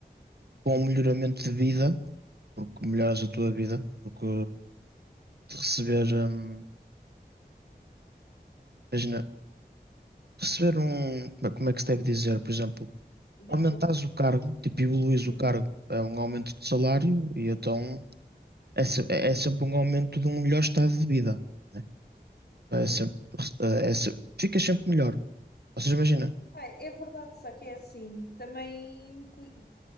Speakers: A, on the right; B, on the left.
A: para um melhoramento de vida, porque melhoras a tua vida, porque de receber, hum, imagina, receber um, como é como é que se deve dizer, por exemplo, aumentares
B: Diploma?
A: o cargo, tipo, evoluís o
B: Sim.
A: cargo, é um aumento de salário e então é, se- é sempre um aumento de um melhor estado de vida, né? É
B: Sim.
A: sempre, é, se- ficas sempre melhor. Ou seja, imagina.
B: Ai, é verdade, só que é assim. Também, cu-